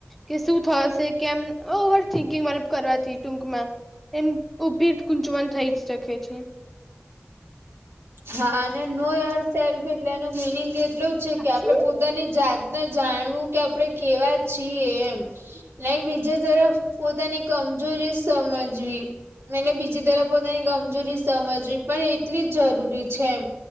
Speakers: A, in the centre; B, on the right (about 80°).
A: કે શું થશે? કેમ? ઓવર થિકિંગ મતલબ કરવાથી ટૂંકમાં. એમ ઉભી ગૂંચવણ થઈ જ શકે છે.
B: હા, અને નો યોર સેલ્ફ એટલે એનું મિનિંગ એટલું જ છે
A: સાચી
B: કે આપણે પોતાની જાત ને જાણવું કે આપણેે કેવા છીએ એમ. લાઈક બીજા તરફ પોતાની કમજોરીઓ સમજવી. મેંને બીજી તરફ પોતાની કમજોરી સમજવી પણ એટલી જ જરૂરી છે એમ.